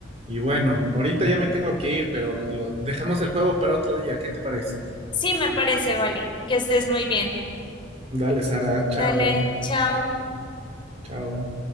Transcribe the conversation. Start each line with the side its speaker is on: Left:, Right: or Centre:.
Right: Y bueno, ahorita ya me tengo que ir, pero lo- dejamos el juego para otro día. ¿Qué te parece?
Left: Sí, me parece, vale. Que estés muy bien.
Right: Dale, Sara, chao,
Left: Dale, chao.
Right: chao.